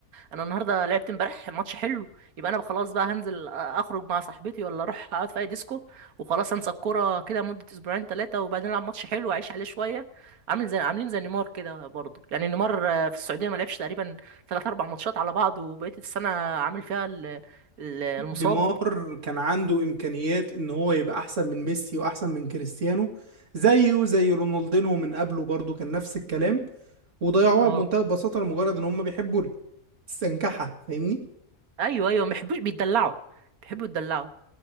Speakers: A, on the right; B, on the right.
A: انا النهارده لعبت امبارح ماتش حلو يبقى انا خلاص بقى هنزل اخرج مع صاحبتي ولا اروح اقعد في اي ديسكو وخلاص انسى الكوره كده مده اسبوعين ثلاثه وبعدين العب ماتش حلو واعيش عليه شويه عامل زي عاملين زي نيمار كده برضه يعني نيمار آه، في السعوديه ما لعبش تقريبا ثلاث اربع ماتشات على بعض وبقيه السنه عامل فيها ال- ال- المصاب
B: نيمار كان عنده امكانيات ان هو يبقى احسن من ميسي واحسن من كريستيانو زيه زي رونالدينو من قبله برضه كان نفس الكلام وضيعوها
A: اه
B: بمنتهى البساطة لمجرد ان هم بيحبوا استنكحها فاهمني
A: ايوه ايوه ما بيحبوش بيتدلعوا بيحبوا يتدلعوا